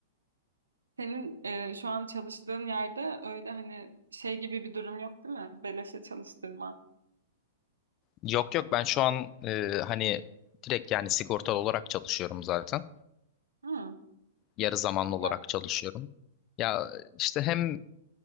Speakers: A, on the right (about 85°); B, on the left (about 35°).
A: senin e, şu an çalıştığın yerde öyle hani şey gibi bir durum yok değil mi? Beleşe çalıştırma.
B: Yok yok ben şu an e, hani direkt yani sigortalı olarak çalışıyorum zaten.
A: Hı.
B: Yarı zamanlı
A: Güzel.
B: olarak çalışıyorum. Ya işte hem